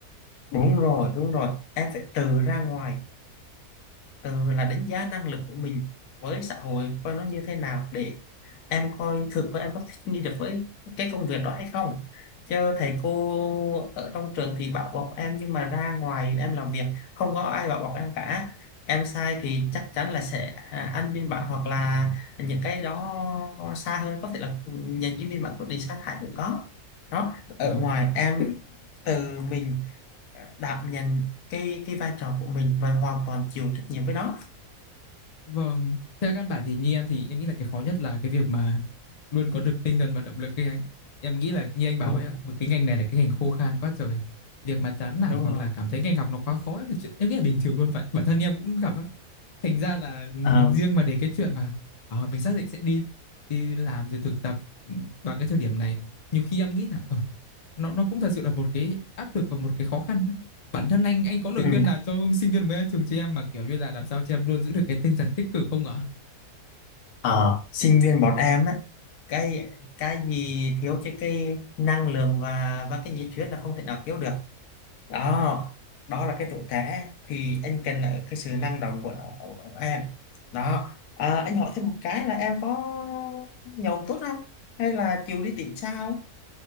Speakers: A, on the left; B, on the left.
A: đúng rồi đúng rồi em phải tự ra ngoài từ là đánh giá năng lực của mình với xã hội coi nó như thế nào để em coi thực có em có thích nghi được với cái công việc đó hay không chứ thầy cô ở trong trường thì bảo bọc em nhưng mà ra ngoài em làm việc không có ai bảo bọc em cả em sai thì chắc chắn là sẽ à, ăn biên bản hoặc là những cái đó xa hơn có thể là nhận cái biên bản quyết định sa thải cũng có đó ở
B: Ờ.
A: ngoài em từ mình à, đảm nhận cái cái vai trò của mình và hoàn toàn chịu trách nhiệm với nó
B: Vâng, theo căn bản thì như em thì em nghĩ là cái khó nhất là cái việc mà luôn có được tinh thần và động lực ấy anh. Em nghĩ là như anh bảo
A: đúng
B: ấy,
A: rồi,
B: ạ, một cái ngành này là cái ngành khô khan quá trời. Việc mà chán nản
A: đúng
B: hoặc
A: rồi
B: là cảm thấy ngành học nó quá khó ấy là chuyện em nghĩ là bình thường luôn vậy. Bản thân em cũng gặp á. Thành ra là ừm,
A: Ờ,
B: riêng mà để cái chuyện mà ờ, mình xác định sẽ đi đi làm rồi thực tập ừm, vào cái thời điểm này, nhiều khi em nghĩ là ờ, nó nó cũng thật sự là một cái áp lực và một cái khó khăn. Bản thân anh anh có lời
A: ừ.
B: khuyên nào cho sinh viên mới ra trường chị em mà kiểu như là làm sao chị em luôn giữ được cái tinh thần tích cực không ạ?
A: ở sinh viên bọn em á cái cái gì thiếu chứ cái năng lượng và và cái nhiệt huyết là không thể nào thiếu được đó đó là cái tuổi trẻ thì anh cần là cái sự năng động của, của em đó à, anh hỏi thêm một cái là em có nhậu tốt không hay là chịu đi tìm sao